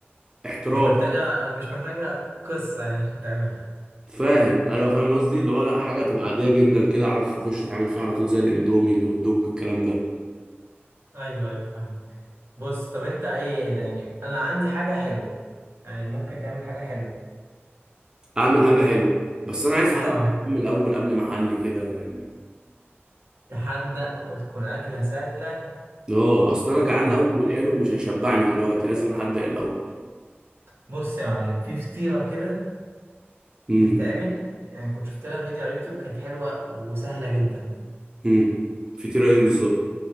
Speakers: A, on the right; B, on the right.
A: احتراف
B: مش محتاجة مش محتاجة قصة يعني عشان تعملها
A: فاهم ايوه فاهم قصدي اللي هو لا حاجه تبقى عاديه جدا كده اعرف اخش اتعامل فيها على طول زي الاندومي الهوت دوج الكلام ده
B: ايوه ايوه فاهمك بص طب انت ايه ده يعني انا عندي حاجة حلوة يعني ممكن تعمل حاجة حلوة
A: اعمل حاجه حلوه بس انا عايز حد
B: اه
A: من الاول قبل ما احلي كده يعني
B: تحدق وتكون أكلة سهلة
A: اه اصل انا جعان
B: في البيت
A: قوي والحلو مش هيشبعني دلوقتي لازم احدق الاول
B: بص يا معلم في فطيرة كده بتتعمل
A: امم
B: يعني كنت شفت لها فيديو على اليوتيوب كانت حلوة وسهلة جدا
A: امم فطيره ايه بالظبط